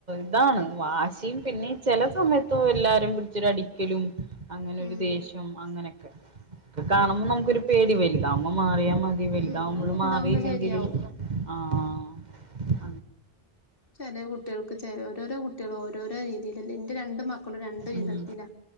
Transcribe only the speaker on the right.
ഇതാണ് വാശിയും പിന്നെ ചില സമയത്തോ എല്ലാരും പിടിച്ചരു അടിക്കലും. അങ്ങനെ ഒരു
ദേഷ്യം അങ്ങനെയൊക്കെ ഒക്കെ കാണുമ്പോൾ
നമുക്കരു പേടി വലുതാവകുമ്പോ മാറിയ- മതി വലുതാവകുമ്പോഴും
മാറിയില്ലെങ്കില്
ആഹ് -
ഉം